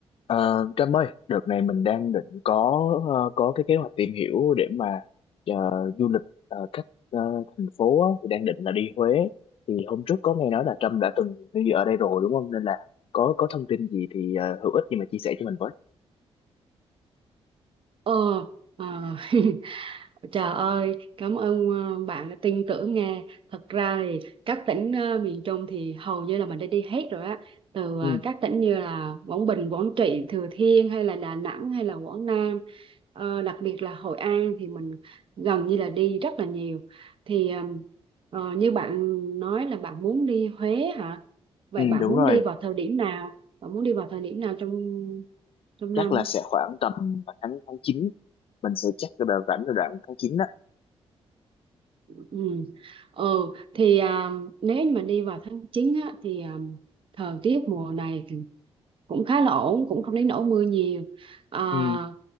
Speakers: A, on the left; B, on the right.
A: Ờ, Trâm ơi, đợt này mình đang định có ờ, có cái kế hoạch tìm hiểu để mà ờ, du lịch ờ, các ờ, thành phố á, thì đang định là đi Huế. Thì hôm trước có nghe nói là Trâm đã từng đi ở đây rồi đúng không? Nên là có có thông tin gì thì ờ, hữu ích gì mà chia sẻ cho mình với.
B: Ờ, à, <laughs> trời ơi, cảm ơn ờ, bạn đã tin tưởng nghe. Thật ra thì các tỉnh ờ, miền Trung thì hầu như là mình đã đi hết rồi á. Từ
A: Ừ,
B: ờ, các tỉnh như là Quảng Bình, Quảng Trị, Thừa Thiên hay là Đà Nẵng hay là Quảng Nam. Ờ, đặc biệt là Hội An thì mình gần như là đi rất là nhiều. Thì ờ, ờ, như bạn nói là bạn muốn đi Huế hả? Vậy
A: ừ
B: bạn
A: đúng
B: muốn
A: rồi,
B: đi vào thời điểm nào? Bạn muốn đi vào thời điểm nào trong trong
A: chắc
B: năm?
A: là sẽ khoảng tầm tháng tháng chín mình sẽ chắc cái đợt rảnh là đoạn tháng 9 đó.
B: Ừ. Ừ thì à, nếu như mà đi vào tháng 9 á, thì à, thời tiết mùa này thì cũng khá là ổn cũng không đến nỗi mưa nhiều à,
A: Ừ.